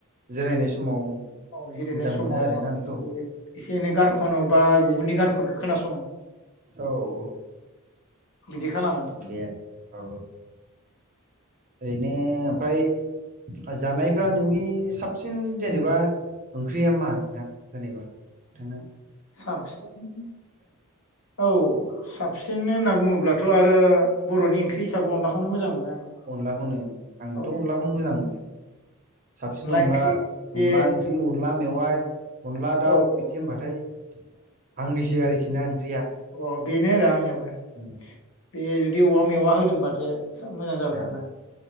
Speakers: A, on the right (about 35°); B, on the left (about 65°).
A: जिरायनाय समाव
B: औ जिरायनाय
A: मोजां
B: समाव
A: मोनो आरोना
B: एसे
A: बेखौ
B: एसे एनै गान खनो बा गुबुननि गानफोरखौ खोनासङो
A: औ औ
B: बिदि खालामो
A: दे औ औ ओरैनो ओमफ्राय जानायफ्रा नोंनि साबसिन जेनेबा ओंख्रिया मा नोंना जेनेबा नोंथांना
B: साबसिन औ साबसिन होनना बुङोब्लाथ' आरो बर'नि ओंख्रि हिसाब अनलाखौनो मोजां मोनो आङो
A: अनलाखौनो आंबोथ'
B: औ
A: अनलाखौनो
B: अनला
A: मोजां मोनो साबसिन अनला
B: ओंख्रि एसे
A: अनला ओंख्रि अनला मेवाइ अनला दाउ
B: औ
A: बिदि होनबाथाय आंनिसै आरोखि ना ओंख्रिया
B: अह बेनो आरो आंनियाबो
A: उम
B: बे जुदि औवा मेवा होदोंबाथे ज मोजां जाबाय
A: औ
B: आरोना